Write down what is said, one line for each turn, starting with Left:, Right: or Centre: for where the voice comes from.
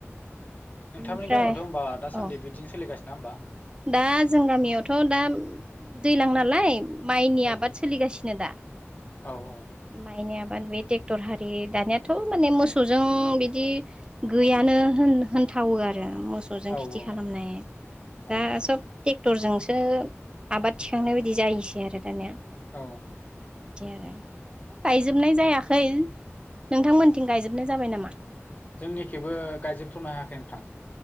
Left: नोंथांमोननि
Right: ओमफ्राय
Left: गामियावथ' होमबा दासान्दि
Right: औ
Left: बिदि सोलिगासिनोना होमबा?
Right: दा जों गामियावथ' दा दैलां नालाय माइनि
Left: औ
Right: आबाद सोलिगासिनो दा
Left: औ औ
Right: माइनि आबाद बे ट्रेक्टर हारि दानियाथ' माने मोसौजों बिदि गैयानो होन होन थावो आरो मोसौजों
Left: औ
Right: खेथि
Left: औ
Right: खालामनाय दा
Left: औ
Right: सब ट्रेक्टरजोंसो आबाद थिखांनाय बायदि जायोसै आरो दानिया
Left: औ
Right: बिदि आरो दा गायजोबनाय जायाखै नोंथांमोनथिं गायजोबनाय जाबाय नामा?
Left: जोंनिखिबो गायजोबथ'नो हायाखै नोंथां।